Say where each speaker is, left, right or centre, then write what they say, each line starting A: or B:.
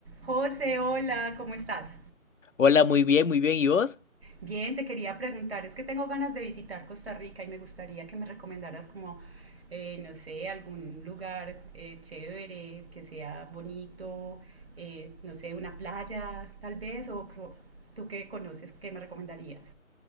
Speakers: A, on the right; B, on the left.
A: José, hola, ¿cómo estás?
B: Hola, muy bien, muy bien. ¿Y vos?
A: Bien, te quería preguntar, es que tengo ganas de visitar Costa Rica y me gustaría que me recomendaras como, eh, no sé, algún lugar eh, chévere, que sea bonito, eh, no sé, una playa tal vez, o co- tú que conoces, ¿qué me recomendarías?